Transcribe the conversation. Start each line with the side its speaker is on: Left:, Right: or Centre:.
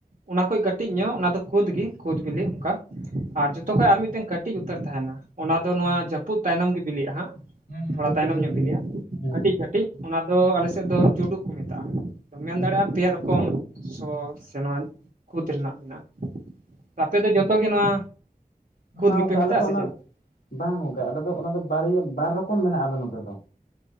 Right: ᱚᱱᱟ ᱠᱷᱚᱡ ᱠᱟᱹᱴᱤᱡ ᱧᱚᱜ ᱚᱱᱟ ᱫᱚ ᱠᱩᱫᱽ ᱜᱮ ᱠᱩᱫᱽ ᱵᱤᱞᱤ ᱚᱱᱠᱟ
Left: ᱦᱮᱸ
Right: ᱟᱨ ᱡᱷᱚᱛᱚ ᱠᱷᱚᱱ ᱟᱨ ᱢᱤᱫᱴᱮᱱ ᱠᱟᱹᱴᱤᱡ ᱩᱛᱟᱹᱨ ᱛᱟᱦᱮᱸᱱᱟ ᱚᱱᱟ ᱫᱚ ᱱᱚᱣᱟ
Left: ᱦᱮᱸ
Right: ᱡᱟᱹᱯᱩᱫ ᱛᱟᱭᱱᱚᱢ ᱜᱮ ᱵᱤᱞᱤᱜᱼᱟ ᱦᱟᱸᱜ
Left: ᱦᱮᱸ
Right: ᱛᱷᱚᱲᱟ
Left: ᱡᱟᱹᱯᱩᱫ
Right: ᱛᱟᱭᱱᱚᱢ
Left: ᱡᱟᱹᱯᱩᱫ
Right: ᱧᱚᱜ ᱵᱤᱞᱤᱜᱼᱟ
Left: ᱦᱮᱸ
Right: ᱠᱟᱹᱴᱤᱡ ᱠᱟᱹᱴᱤᱡ᱾ ᱚᱱᱟ ᱫᱚ ᱟᱞᱮᱥᱮᱜ ᱫᱚ ᱪᱩᱰᱩᱜ ᱠᱚ ᱢᱮᱛᱟᱜᱼᱟ ᱛ ᱢᱮᱱ ᱫᱟᱲᱮᱭᱟᱜᱼᱟ ᱯᱮ ᱨᱚ ᱠᱚᱢ ᱥᱚ ᱥᱮ ᱱᱚᱣᱟ ᱠᱩᱫᱽ ᱨᱮᱱᱟᱜ ᱢᱮᱱᱟᱜᱼᱟ᱾ ᱟᱯᱮ ᱫᱚ ᱡᱚᱛᱚ
Left: ᱦᱮᱸ
Right: ᱜᱮ
Left: ᱚᱱᱟ
Right: ᱱᱚᱣᱟ
Left: ᱢᱟᱱᱟᱣ
Right: ᱠᱩᱫ ᱜᱮᱯᱮ
Left: ᱠᱟᱜ
Right: ᱢᱮᱛᱟᱜᱼᱟ
Left: ᱟᱞᱮ ᱫᱚ
Right: ᱥᱮ
Left: ᱚᱱᱟ
Right: ᱪᱮᱫ ᱞᱮᱠᱟ?
Left: ᱵᱟᱝ ᱜᱚᱝᱠᱮ ᱟᱞᱮ ᱫᱚ ᱚᱱᱟ ᱫᱚ ᱵᱟᱨ ᱵᱟᱨ ᱨᱚᱠᱚᱢ ᱢᱮᱱᱟᱜᱼᱟ ᱟᱞᱮ ᱱᱚᱛᱮ ᱫᱚ